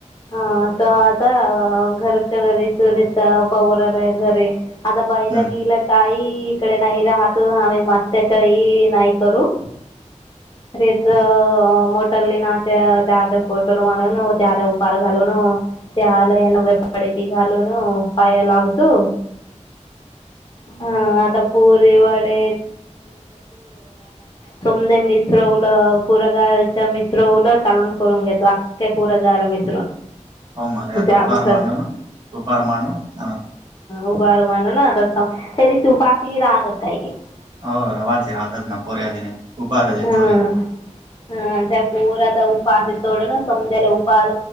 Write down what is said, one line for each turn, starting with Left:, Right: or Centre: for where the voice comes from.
Left: ह त आता घरच्या घरी सुरता पवराला घरी -- आता बैलागिला
Right: हम्म
Left: काही इकडे नाही राहत. आम्ही मात्याच्याही नाही करू. खरेत -- अ मोटली नाच्या त्याचे फोटो मानून त्याला उपार घालून -- ते हलन वेप -- कडेकी घालो न पायलागतो. हा आता पुरी वडे -- मिसरवलं कुरगालच्या मिसरवलं कालन करून घेतो अख्ख्या कुरगाल मिसरून
Right: हो मर
Left: ते
Right: आता उपहार
Left: सध्या
Right: मांडून उपहार मांडून ख
Left: उभ रू म्हल ना त्यारी सुफशी राहतात काही की --
Right: हो रवाची राहतात ना पोऱ्या दिने उपार दे
Left: हा
Right: तोरी
Left: हा. त्या पोराता उपाशी सोड ना. समद्याला उपार